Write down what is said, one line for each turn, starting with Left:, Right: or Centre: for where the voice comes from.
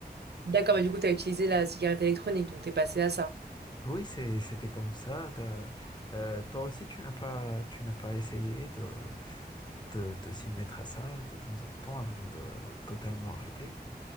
Right: D'accord, mais du coup, t'as utilisé la cigarette électronique, donc t'es passé à ça.
Left: Oui, c'est c'était comme ça. De- Euh, toi aussi, tu n'as pas, tu n'as pas essayé de, te, te s'y mettre à ça de temps en temps avant de totalement arrêter.